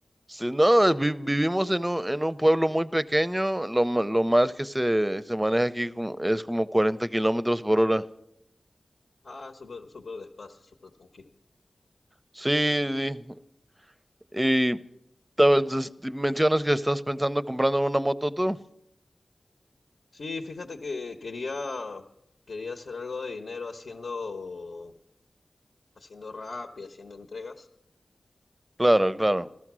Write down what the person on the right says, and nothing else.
Sí, no, vi- vivimos en un, en un pueblo muy pequeño, lo, ma- lo más que se, se maneja aquí como- es como cuarenta kilómetros por hora.
Sí, sí. Y ta- des- mencionas que estás pensando comprando una moto tú.
Claro, claro.